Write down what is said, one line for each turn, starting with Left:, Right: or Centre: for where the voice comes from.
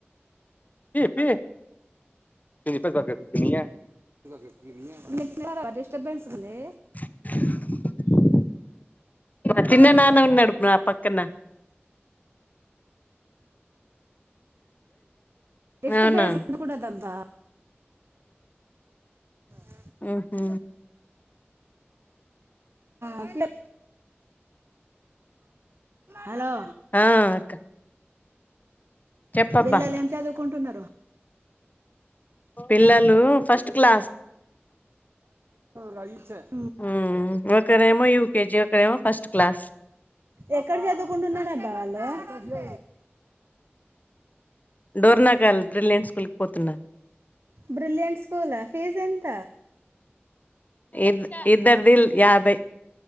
Left: <unintelligible>
Right: <unintelligible> డిస్టర్బెన్స్ ఉంది
Left: <inaudible> మా చిన్న నాన్న ఉన్నాడు నా పక్కన
Right: డిస్టబెన్స్
Left: అవునా
Right: ఉండకూడదబ్బా <inaudible>
Left: ఊహూ
Right: అట్లే హలో
Left: ఆ అక్క చెప్పబ్బా
Right: పిల్లలు ఏం చదువుకుంటున్నారు
Left: పిల్లలు ఫస్ట్ క్లాస్
Right: కయించన్
Left: హ్మ్ ఒకరేమో యూకేజీ ఒకరేమో ఫస్ట్ క్లాస్
Right: ఎక్కడ చదువుకుంటున్నారబ్బ వాళ్లు
Left: డోర్నాకాల్ బ్రిలియంట్ స్కూల్కి పోతున్నా
Right: బ్రిలియంట్ స్కూలా ఫీజ్ ఎంత
Left: ఇద్ ఇద్దర్ దిల్ యాభై